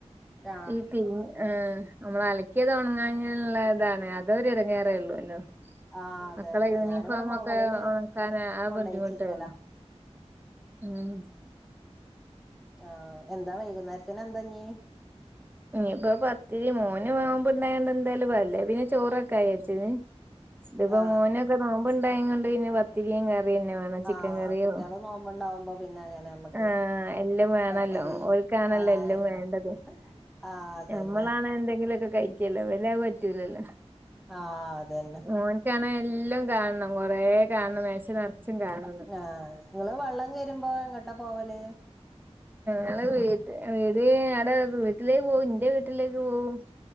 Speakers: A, in the centre; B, on the right.
A: ആ
B: ഈ തിം ആഹ് ഞമ്മള് അലക്കിയത് ഒണങ്ങാന്ള്ളതാണ് അതൊര് എടങ്ങേറൊള്ളു അല്ലൊ.
A: ആ അതന്നെ
B: മക്കളെ യൂണിഫോമൊക്കാ
A: ഞാനിവിടെ മുകളില്
B: ഒണക്കാന് ആ
A: കൊണ്ടോയിച്ചിക്കലാ
B: ബുദ്ധിമുട്ടെ ഉള്ളു. ഉം
A: ആഹ് എന്ത വൈകുന്നേരത്തിന് എന്താ ഞി
B: ഇഞിപ്പൊ പത്തിരി മോന് നോമ്പ്ണ്ടായോണ്ട് എന്തായാലും അല്ലെ പിന്നെ ചോറൊക്ക ജാര്ച്ചീന്. ഇതിപ്പൊ
A: ആ
B: മോനൊക്ക നോമ്പ് ഇണ്ടായി കൊണ്ട് പിന്നെ പത്തിരിം കറിന്നെ വേ അ ചിക്കൻ
A: ആ
B: കറീം
A: കുട്ടികള് നോമ്പുണ്ടാവുമ്പോ പിന്നെ അങ്ങനെ നമ്മക്ക്
B: ആഹ്. യെല്ലവും വേണല്ലൊ
A: പത്തിരി
B: ഓൽ.. ക്കാണല്ലൊ
A: ആ
B: എല്ലവും
A: എല്ലാം
B: വേണ്ടത്..
A: ആ അതന്നെ
B: ഞമ്മളാണെ എന്തെങ്കിലൊക്ക കഴിക്കല്ലൊ ഇവൻ അത് പറ്റുലല്ലൊ.
A: ആ അതന്നെ
B: മോൻ. കാണെ എല്ലൊം കാൺണം കൊറേ കാൺണം മേശ നെറ്ച്ചും കാൺണം.
A: ആഹ് ഇങ്ങള് വള്ളം കേരുമ്പോ എങ്ങ്ട്ടാ പോവല്.
B: ഞങള് വീട്ട് വീട് ആടെ. വീട്ടിലേക്ക് പോവും ഇന്റെ വീട്ടിലേക്ക് പോവും..